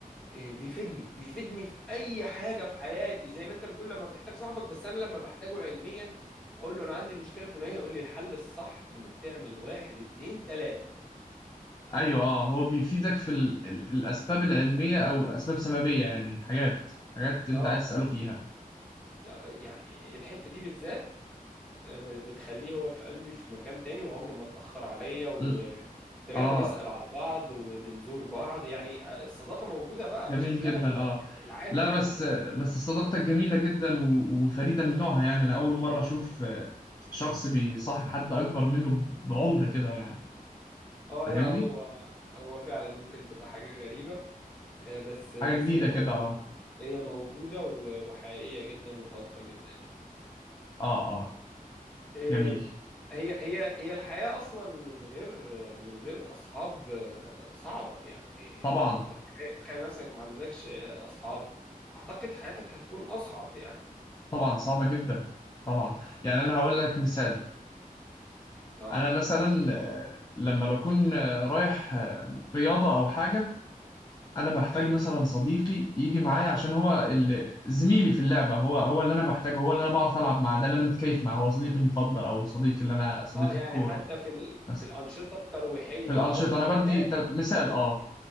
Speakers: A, in the centre; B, on the left (about 25°).
A: آه، بيفيدني بيفيدني في اي حاجة في حياتي زي ما انت بتقول لما بتحتاج صاحبك بس انا لما بحتاجه علميا اقول له انا عندي المشكلة في منوية يقول لي الحل الصح انك تعمل واحد اتنين تلاتة
B: ايوه اه هو بيفيدك في ال... ال... الاسباب العلميه او اسباب سببيه يعني حاجات حاجات انت
A: اه
B: عايز تساله فيها
A: يعني الحتة دي بالذات ب- بتخليه هو في قلبي في مكان تاني وعمره ما اتأخر عليا و
B: م.
A: ده غير
B: اه
A: بنسأل على بعض وبنزور بعض يعني الصداقة موجودة بقى
B: جميل
A: بشكلها
B: جدا
A: ال-
B: اه
A: العادي
B: لا
A: يعني
B: بس بس صداقتك جميلة جدا و- وفريدة من نوعها يعني انا اول مرة اشوف شخص بيصاحب حد اكبر منه ب- بعمر كده يعني
A: اه
B: فاهمني
A: لا هو هو فعلا ممكن تبقى حاجة غريبة آه، بس بس
B: حاجة جديدة
A: هي موجودة
B: كده اه
A: هي موجودة و- وحقيقية جدا وصادقة جدا يعني
B: اه اه
A: إيه،
B: جميل
A: هي هي هي الحياة أصلا من غير من غير أصحاب آه، صعبة يعني
B: طبعا
A: أنت تخيل تخيل نفسك ما عندكش أصحاب أعتقد حياتك هتكون أصعب يعني
B: طبعا صعبة جدا طبعا يعني انا هقول لك مثال
A: أه
B: انا مثلا آه، لما بكون آه، رايح آه، رياضة او حاجة انا بحتاج
A: أيوه
B: مثلا صديقي يجي معايا عشان هو ال- زميلي في اللعبه هو هو اللي انا بحتاجه هو اللي انا بعرف العب معاه ده اللي انا متكيف معاه هو صديقي المفضل او صديقي اللي انا صديقي
A: أه يعني
B: الكوره
A: حتى في ال...
B: مثلا
A: في الأنشطة الترويحية
B: في الانشطه
A: أو الهوايات
B: انا بدي ت- مثال اه